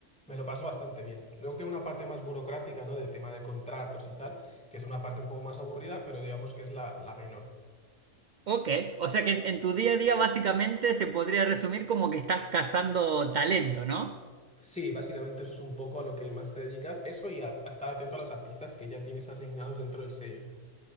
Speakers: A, in the centre; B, on the right.
A: me lo paso bastante bien. Luego tiene una parte más burocrática, ¿no? De tema de contratos y tal, que es una parte un poco más aburrida, pero digamos que es la, la menor.
B: Ok, o sea que en, en tu día a día básicamente se podría resumir como que estás cazando talento, ¿no?
A: Sí, básicamente eso es un poco a lo que más te dedicas, eso y a a estar atento a los artistas que ya tienes asignados dentro del sello.